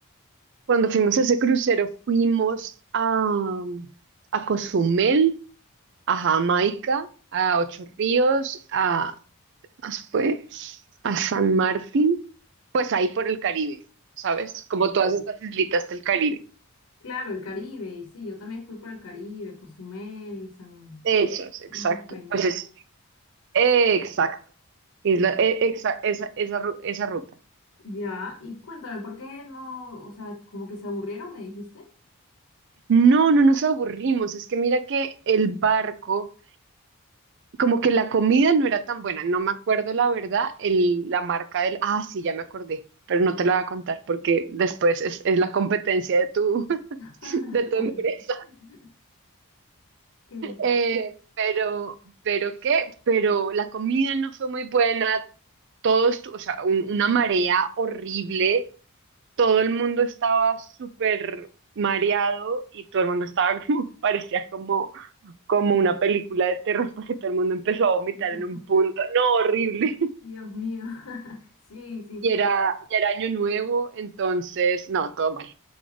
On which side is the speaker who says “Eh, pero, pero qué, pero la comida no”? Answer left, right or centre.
Right